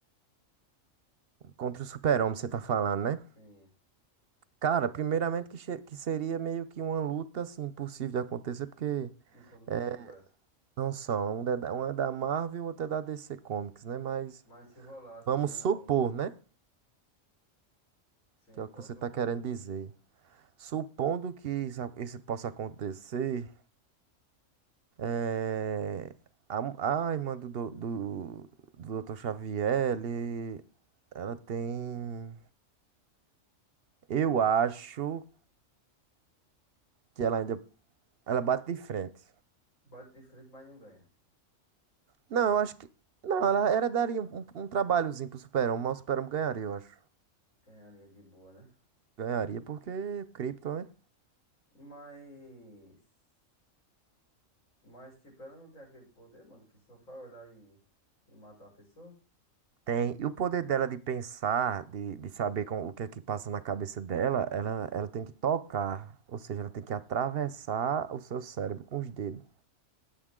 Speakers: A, on the right; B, on the left.
A: Contra o Super-Homem, você tá falando, né?
B: Sim,
A: Cara, primeiramente que, che- que seria meio que uma luta, assim, impossível de acontecer, porque
B: não são do mesmo
A: é,
B: universo.
A: não são. Um é da, um é da Marvel, outro é da DC Comics, né? Mas
B: Mas se rolasse
A: vamos
B: um.
A: supor, né?
B: Sim,
A: Que é o
B: posso
A: que você
B: supor.
A: tá querendo dizer. Supondo que isso, isso possa acontecer, É, a, a irmã do, do, do, do Dr. Xavier, ele, ela tem. Eu acho que ela ainda. Ela bate de frente.
B: Bate de frente, mas não ganha.
A: Não, eu acho que. Não, ela, ela daria um, um, um trabalhozinho pro Super-Homem, mas o Super-Homem ganharia, eu acho.
B: Ganharia de boa, né?
A: Ganharia porque Krypton, né?
B: Mas. Mas, tipo, ela não tem aquele poder, mano, que só faz olhar e, e matar a pessoa.
A: Tem. E o poder dela de pensar, de, de saber com, o que é que passa na cabeça dela, ela, ela tem que tocar. Ou seja, ela tem que atravessar o seu cérebro com os dedos.